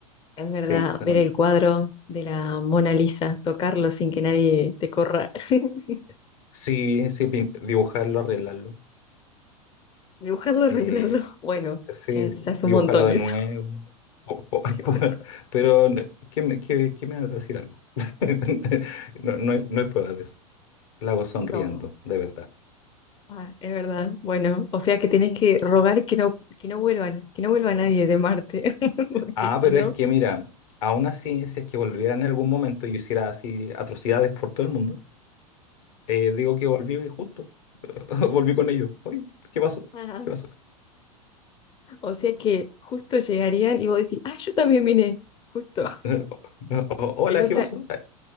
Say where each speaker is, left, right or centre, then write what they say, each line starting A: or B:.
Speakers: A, on the left; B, on the left.
A: Es verdad,
B: Sí, suena
A: ver
B: bien.
A: el cuadro de la Mona Lisa, tocarlo sin que nadie te corra. <laughs>
B: Sí, sí, pin- dibujarlo, arreglarlo.
A: Dibujarlo, arreglarlo.
B: eh,
A: <laughs> Bueno,
B: sí,
A: ya es, ya es
B: dibujarlo
A: un montón
B: de
A: eso.
B: nuevo. Po- po-
A: <laughs>
B: <laughs>
A: Dibujarlo.
B: po- pero, ¿qué me, qué- qué me va a decir algo? <laughs> No, no hay, no hay pruebas de eso. la hago sonriendo,
A: No.
B: de verdad.
A: Ah, es verdad. Bueno, o sea que tenés que rogar que no, que no vuelvan, que no vuelva nadie de Marte, <laughs> porque
B: Ah,
A: si
B: pero
A: no.
B: es que mira, aún así, si es que volviera en algún momento y yo hiciera así atrocidades por todo el mundo, eh, digo que volví y justo. <laughs> Volví con ellos. Oye, ¿qué pasó?
A: Ajá.
B: ¿Qué pasó? <laughs>
A: O sea que justo llegarían y vos decís, ah, yo también vine, justo,
B: Eh, O- no, o-
A: en
B: Hola,
A: otra,
B: ¿qué pasó? Eh,